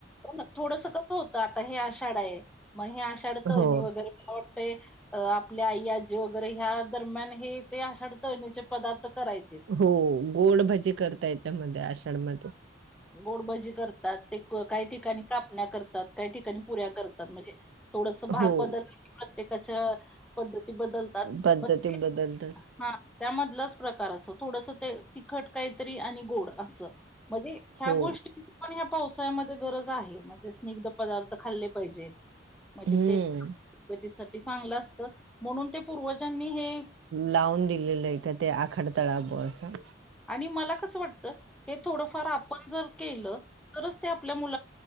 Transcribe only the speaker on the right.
हो
हो गोड भजी करता याच्यामध्ये आषाढमध्ये
हो
पद्धती
बदलतात
हो
हम्म
लावून दिलेलं आहे का ते आखडतळा ब असं